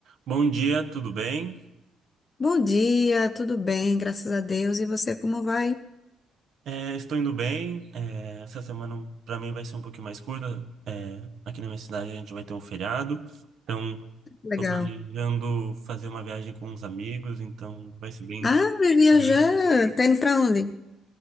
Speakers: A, on the right (about 65°); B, on the left (about 30°).
A: Bom dia, tudo bem?
B: Bom dia, tudo bem, graças a Deus. E você, como vai?
A: É, estou indo bem. É, essa semana para mim vai ser um pouquinho mais curta. É, aqui na minha cidade a gente vai ter um feriado, então
B: Legal.
A: estou planejando fazer uma viagem com uns amigos, então vai ser bem
B: Ah, vai viajar.
A: divertido.
B: Tá indo pra onde?